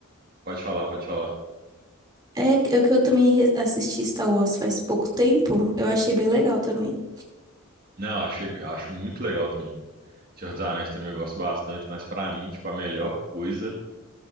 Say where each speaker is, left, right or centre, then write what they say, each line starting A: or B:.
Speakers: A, on the right (about 45°); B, on the right (about 20°).
A: Pode falar, pode falar.
B: É, é que eu também re- assisti Star Wars faz pouco tempo, eu achei bem legal também.
A: Não, achei, eu acho muito legal também. Senhor dos Anéis também eu gosto bastante, mas pra mim, tipo, a melhor coisa